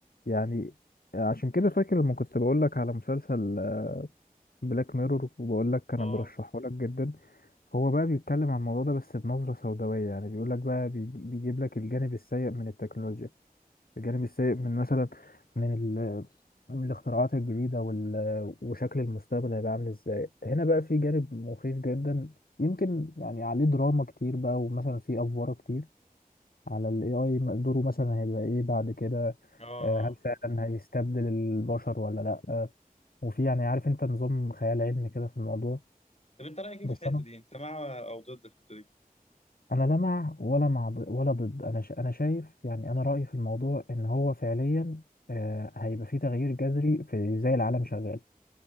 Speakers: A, on the left; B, on the left.
A: يعني عشان كده فاكر لما كنت بقول لك على مسلسل بلاك ميرور وبقول لك انا
B: اه
A: برشحه لك جدا هو بقى بيتكلم عن الموضوع ده بس بنظرة سوداوية يعني بيقول لك بقى بيجي- بيجيب لك الجانب السيء من التكنولوجيا الجانب السيء من مثلا من ال من الاختراعات الجديدة وال- وشكل المستقبل هيبقى عامل ازاي هنا بقى في جانب مخيف جدا يمكن يعني عليه دراما كتير بقى ومثلا فيه أفوارة كتير على ال AI م- دوره مثلا هيبقى ايه بعد كده
B: اه
A: آه،
B: اه
A: هل فعلا هيستبدل البشر ولا لا آه، وفي يعني عارف انت نظام خيال علمي كده في الموضوع
B: طب انت رأيك ايه
A: بس
B: في الحتة
A: انا
B: دي انت مع او ضد الحتة دي
A: انا لا مع ولا مع ض- ولا ضد انا شا- انا شايف يعني انا رأيي في الموضوع ان هو فعليا آه، هيبقى فيه تغيير جذري في ازاي العالم شغال